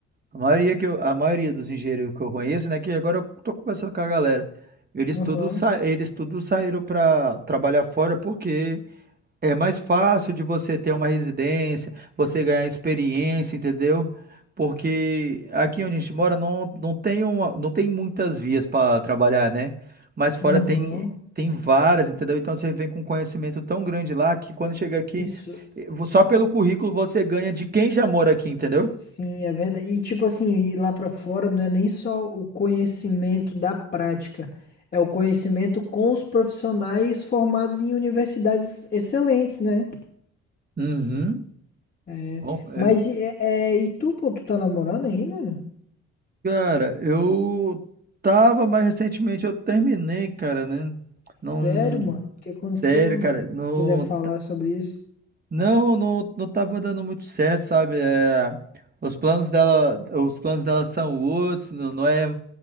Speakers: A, on the right; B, on the left.
A: a maioria que eu, a maioria dos engenheiros que eu conheço, né, que agora eu tô conversando com a galera, eles
B: Aham,
A: todos sa, eles todos saíram para trabalhar fora porque É mais fácil de você ter uma residência, você ganhar experiência, entendeu? Porque aqui onde a gente mora não, não tem uma, não tem muitas vias para trabalhar, né? Mas fora
B: aham.
A: tem tem várias, entendeu? Então você vem com um conhecimento tão grande lá que quando chega aqui,
B: Isso.
A: eh, vo- só pelo currículo você ganha de quem já mora aqui, entendeu?
B: Sim, é verdade. E tipo assim, ir lá pra fora não é nem só o conhecimento da prática, é o conhecimento com os profissionais formados em universidades excelentes, né?
A: Uhum.
B: É,
A: Bom, eh,
B: mas e- é, é, e tu, pô, tu tá namorando ainda?
A: cara, eu tava, mas recentemente eu terminei, cara, né?
B: Sério,
A: Não,
B: mano? O que aconteceu,
A: sério,
B: mano?
A: cara, não.
B: Se quiser falar sobre isso,
A: Não, não, não tá dando muito certo, sabe? É, os planos dela, os planos dela são outros, não, não é,